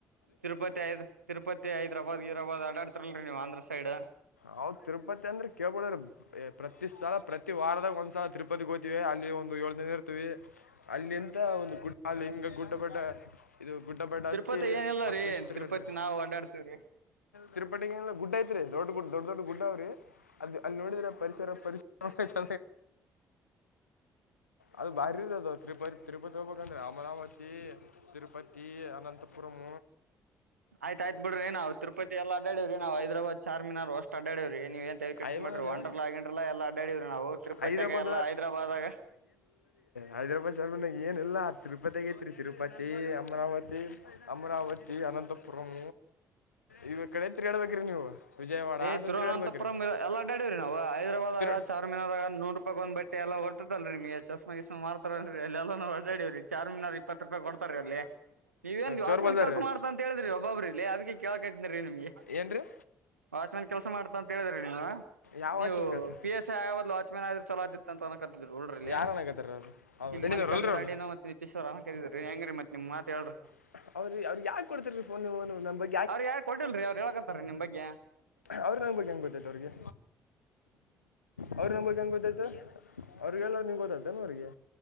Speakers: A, on the right; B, on the left.
A: ತಿರುಪತಿ ಐದ್ ತಿರುಪತಿ ಹೈದರಾಬಾದ್ ಹೀರಾಬ್ ಆಡಡ್ತಾರಲ್ರರಿ ನೀವ್ ಆಂಧ್ರ ಸೈಡ್.
B: ಹಾವ ತಿರುಪತಿ ಅಂದ್ರೆ <unintelligible> ಪ್ರತಿ ಸಾಲ ಪ್ರತಿ ವಾರದಾಗ ಒಂದ್ಸಲ ತಿರುಪತಿಗೆ ಹೋಗ್ತೀವಿ ಅಲ್ಲಿ ಒಂದು ಏಳ ದಿನ ಇರ್ತಿವಿ. ಅಲ್ಲಿಂದ ಒಂದು ಗುಡ್ ಅಲ್ಲಿ ಹಿಂಗ ಗುಡ್ಡ <unintelligible> ಇದು ಗುಡ್ಡ ಬಡ್ಡ ಹತ್ತಿ
A: ತಿರುಪತಿ ಏನಿಲ್ಲ
B: ಹತ್ತು
A: ರೀ
B: ನಿಮಿಷ ತಗೊಂತ್ರಿ.
A: ತಿರುಪತಿ ನಾವು ಅಡ್ಡಾಡ್ತೀವ್ರಿ
B: ತಿರುಪಟಿಗೆ ಎಲ್ಲ ಗುಡ್ಡ ಐತ್ರಿ ದೊಡ್ ಗುಡ್ ದೊಡ್ ದೊಡ್ ಗುಡ್ಡ ಅವ್ರಿ <unintelligible> ಅಲ್ಲಿ ನೋಡ್ರ ಪರಿಸರ ಪರಿಸ <unintelligible> ಅದು <unintelligible> ತಿರುಪತಿ ಹೋಗ್ಬೇಕಂದ್ರೆ ಅಮರಾವತಿ ತಿರುಪತಿ ಅನಂತಪುರಂ.
A: ಆಯ್ತಾಯಯ್ತ ಬಿಡ್ರಿ ನಾವ್ ತಿರುಪತಿ ಎಲ್ಲ ಅಡಡಿದ್ರಿ ನಾವ ಹೈದರಾಬಾದ್ ಚಾರಮಿನಾರ ಅಷ್ಟ ಅಡಡರೀ ನೀವೇನ್ ತಲೆ ಕೆಡಿಸ್ಕೊಣಬೇಡ್ರಿ
B: ಐವನದು
A: ಒಂಡರ್ಲ ಗಿಂಡೇರ್ಲ ಎಲ್ಲ ಅಡ್ಡಾಡವ್ರಿ ನಾವು ತಿರುಪತಿ
B: ಹೈದ್ರಾಬಾದ್
A: ಆಗ ಎಲ್ಲಾ ಹೈದ್ರಾಬಾದಾಗ.
B: ಹೈದರಾಬಾದ್ ಚರ್ಮನಾಗ ಏನಿಲ್ಲ ತಿರುಪತಿಗ ಐತ್ರಿ ತಿರುಪತಿ ಅಮರಾವತಿ. ಅಮರಾವತಿ ಅನಂತು ಪುರಂ ಇವ ಕಡೆ ತಿರುಗಾಡ್ಬೇಕ್ರಿ ನೀವು ವಿಜಯವಾಡ
A: ಏ
B: <unintelligible>
A: ತಿರುವನಂತಪುರಂ
B: ತಿರುಗಾಡ್ಬೇಕ್ರಿ.
A: ಎಲ್ಲ ಅಡಡಿವ್ರೀ ನವು ಹೈದರಾಬಾದ್
B: ತಿರು
A: ಆಗ ಚಾರ್ಮಿನರ್ಗ ನೂ ರೂಪಾಯಿಕ್ ಒಂದ ಬಟ್ಟ ಎಲ್ಲ ಹೊಡ್ತಲ್ರಿ <unintelligible> <unintelligible> ಮಾಡ್ತಾರ ಅಲ್ರಿ ಎಲ್ಲ ನಾವ್ ಅಲ್ದಾಡಿವ್ರಿ ಚಾರಮಿನಾರ್ ಇಪ್ಪತ್ ರೂಪಾಯಿ ಕೊಡ್ತಾರೀ ಅಲ್ಲಿ. ನೀವ ಏನ್ ವಾಚ್ಮನ್
B: ಚೋರ್ ಬಜಾರ್
A: ಕೆಲ್ಸ
B: ರೀ
A: ಮಾಡ್ತಾ ಅಂತ ಹೇಳಿದ್ರಿ ಒಬ್ಬೊಬ್ರಿ ಇಲ್ಲಿ ಅದಕ್ಕೆ ಕೇಳಕ್ತೀರೀ ನಿಮ್ಗೆ.
B: ಏನು ರೀ
A: ವಾಚ್ಮಾನ್ ಕೆಲ್ಸ ಮಾಡ್ತಾ ಅಂತ ಹೇಳಿದ್ರಿ ನೀವು
B: ಯಾವ
A: ನೀವು
B: ವಾಚ್ ಕೆಲಸ
A: ಪಿ <unintelligible> ಆಗೋಬದ್ಲು ವಾಚ್ಮೆನ್ ಆದ್ರರು ಚಲೋ ಆತ್ತಿತ್ತ ಅನ್ಕತಿದ್ ಉಡ್ರಿಲ್ಲಿ.
B: ಯಾರು ಅನ್ನಕತ್ತಾರ ಅವ್ರು ಅವ್ರು
A: ಇಲ್ಲಿ
B: ಬೆಣ್ಣಿನವ್ರು
A: ಮಲ್ಲಿಕಾರ್ಜುನದು
B: ಅಲ್ರಿ ಅವನು
A: ಅಂಡಿನ ಮತ್ತೆ ನಿಚೇಶ್ವರ ಕದಿದ್ರಿ ಹೆಂಗರಿ ಮತ್ ನಿಮ್ ಮಾತ್ ಹೇಳ್ರಿ.
B: <unintelligible> ಯಾಕ ಕೊಡ್ತಿರ್ ರೀ ಫೋನ್ ನೀವು ನಾವ್ ಬೈ
A: ಅವ್ರ್ ಯಾರ ಕೊಡ್ಡಿಲ್ರರಿ ಅವ್ರು ಹೇಳ್ಕಂತಾರೀ ನಿಮ್ ಬಗ್ಗೆ.
B: ಅವ್ರಿಗೆ <unintelligible> ಹೆಂಗೆ ಗೊತ್ತೈತ ಅವ್ರಿಗೆ. ಅವ್ರಗ್ ಮತ್ತ್ ಹೆಂಗ ಗೊತ್ತೈತ ಅವ್ರಿಗೆ ಎಲ್ಲ ನಿಂಗ್ ಗೊತ್ತತನ ಅವ್ರಿಗೆ.